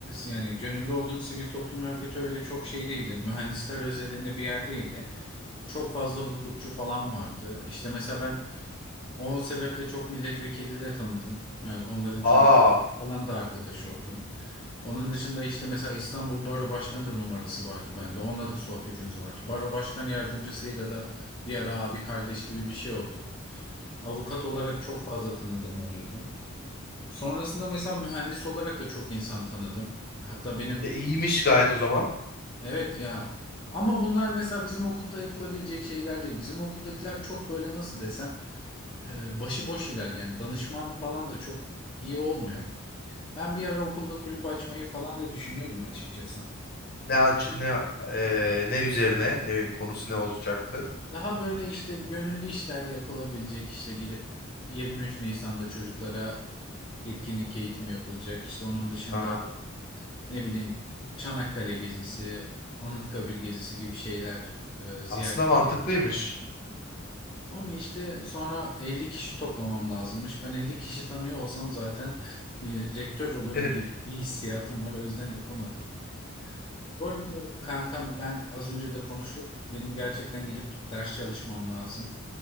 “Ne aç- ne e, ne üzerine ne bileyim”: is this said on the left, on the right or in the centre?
Left